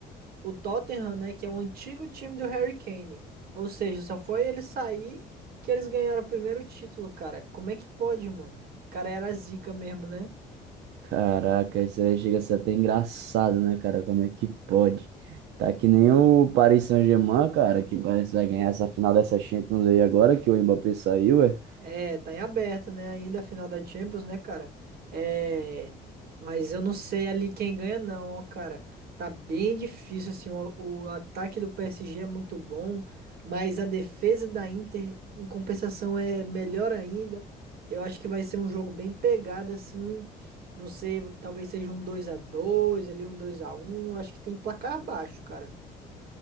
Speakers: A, on the right (about 65°); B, on the right (about 85°).
A: o Tottenham, né, que é o antigo time do Harry Kane. Ou seja, só foi ele sair que eles ganharam o primeiro título, cara. Como é que pode, mano? O cara era zica mesmo, né?
B: Caraca, isso aí chega a ser até engraçado, né, cara? Como é que pode? Tá que nem o Paris Saint-Germain, cara, que parece que vai ganhar essa final dessa Champions aí agora, que o Mbappé saiu, é.
A: É, tá em aberto, né? Ainda a final da Champions, né, cara? É. Mas eu não sei ali quem ganha, não, ó, cara. Tá bem difícil, assim. O, o ataque do PSG é muito bom, mas a defesa da Inter, em compensação, é melhor ainda. Eu acho que vai ser um jogo bem pegado, assim. Não sei, talvez seja um dois a dois, ali um 2x1. Acho que tem placar baixo, cara.